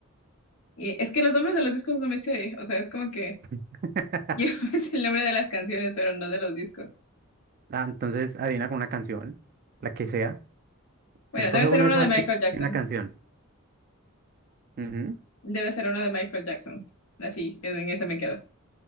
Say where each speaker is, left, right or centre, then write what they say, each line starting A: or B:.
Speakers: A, on the left (about 75°); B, on the right (about 45°).
A: Y es que los nombres de los discos no me sé, o sea, es como que
B: <laughs>
A: yo <laughs> es el nombre de las canciones, pero no de los discos.
B: Ah, entonces adivina con una canción, la que sea.
A: Bueno,
B: Escoge
A: debe ser
B: uno
A: uno
B: de esos
A: de
B: artistas
A: Michael Jackson.
B: y una canción. Ujú.
A: Debe ser uno de Michael Jackson. Así, en esa me quedo.